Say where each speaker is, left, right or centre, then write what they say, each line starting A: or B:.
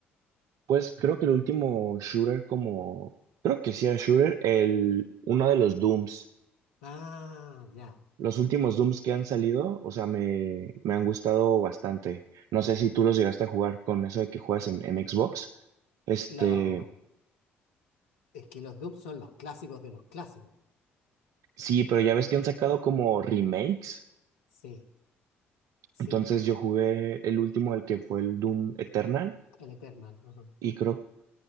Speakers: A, on the right; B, on the left.
A: Pues creo que el último shooter como, creo que sí era shooter, el, uno de los Dooms.
B: Ah, ya.
A: Los últimos Dooms que han salido, o sea, me, me han gustado bastante. No sé si tú los llegaste a jugar con eso de que juegas en, en Xbox. Este,
B: Lo- Es que los Doom son los clásicos de los clásicos.
A: sí, pero ya ves que han sacado como remakes.
B: Sí, sí,
A: Entonces yo jugué el último, el que fue el Doom Eternal,
B: el Eternal. ajá.
A: y creo